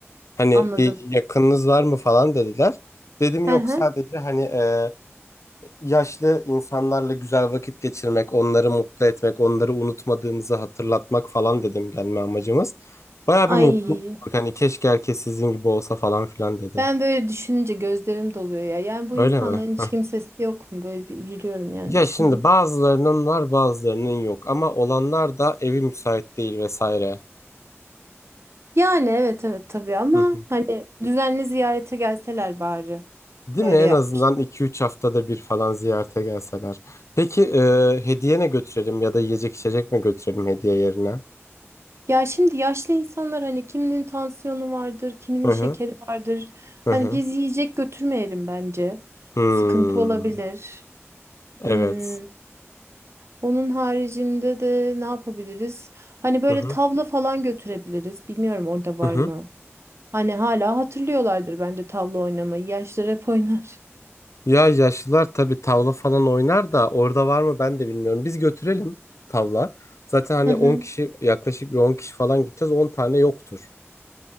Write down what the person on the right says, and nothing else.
anladım.
Hı
hı.
Ay
ben böyle düşününce gözlerim doluyor ya. Yani bu
insanların
hiç
kimsesi yok mu? Böyle bir üzülüyorum yani
düşününce.
Yani evet evet tabii ama
hani düzenli ziyarete gelseler bari.
Böyle
yap.
Ya şimdi yaşlı insanlar hani kiminin tansiyonu vardır, kiminin
şekeri
vardır.
Hani
biz yiyecek götürmeyelim bence.
Sıkıntı olabilir.
Hmm, onun haricinde de ne yapabiliriz? Hani böyle
tavla falan götürebiliriz. Bilmiyorum orada var
mı? Hani hala hatırlıyorlardır bence tavla oynamayı. Yaşlılar hep oynar.
Hı hı,